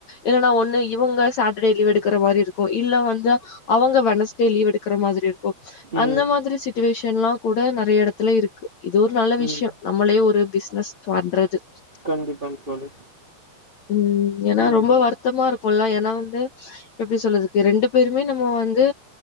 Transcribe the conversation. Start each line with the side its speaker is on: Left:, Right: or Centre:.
Left: ஏன்னா ஒன்னு இவங்க சாட்டர்டே லீவு எடு க்கற மாரி இருக்கு இல்ல வந்து அவங்க வனஸ்டே லீவ் எடுக்கற மாதிரி இருக்கு
Right: ம்
Left: அந்த மாதிரி சி ட்சிவேஷன்லா கூட நெறய எடத்துல இருக்கு இது ஒரு நல்ல விஷியோ
Right: ம்
Left: நம்மளே ஒரு பிஸ்னஸ் பண்றது
Right: கண்டிப்பாங்க தோழி
Left: உம் ஏன்னா
Right: ம்
Left: ரொம்ப வருத்தமா இருக்குல்ல ஏனா வந்து எப்டி சொல்றக்கு ரெண்டு பேருமே நம்மோ வந்து